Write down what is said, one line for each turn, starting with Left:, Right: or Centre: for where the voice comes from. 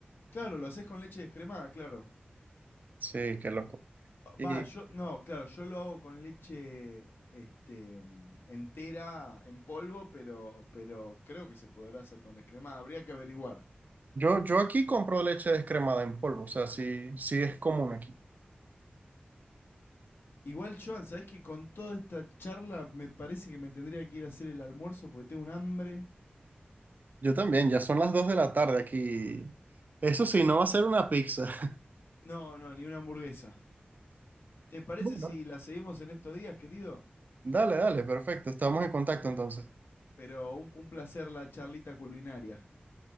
Left: Claro, lo haces con leche descremada, claro.
Right: Sí, qué loco. Y
Left: Va, yo, no, claro, yo lo hago con leche este, mm, entera en polvo, pero, pero creo que se podrá hacer con descremada. Habría que averiguar.
Right: yo, yo aquí compro leche descremada en polvo, o sea, sí, sí es común aquí.
Left: Igual, Joan, ¿sabés que con toda esta charla me parece que me tendría que ir a hacer el almuerzo porque tengo un hambre?
Right: Yo también, ya son las 2 de la tarde aquí. Eso sí, no va a ser una pizza. <laughs>
Left: No, no, ni una hamburguesa. ¿Te parece
Right: Bueno,
Left: si la seguimos en estos días, querido?
Right: dale, dale, perfecto, estamos en contacto entonces.
Left: Pero un, un placer la charlita culinaria.